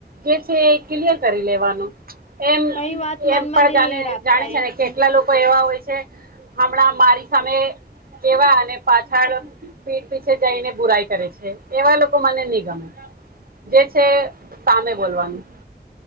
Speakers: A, on the right; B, on the left.
A: જે છે ક્લિયર કરી લેવાનું. એમ
B: કઈ વાત મનમાં
A: એમ પણ
B: નહી
A: જાને
B: રાખતા
A: જાણે છે
B: એ
A: ને કેટલા લોકો એવા હોય છે આપણા, મારી સામે એવા અને પાછળ પીઠ પીછે જઈને બુરાઈ કરે છે એવા લોકો મને ન ગમે જે છે સામે બોલવાનું.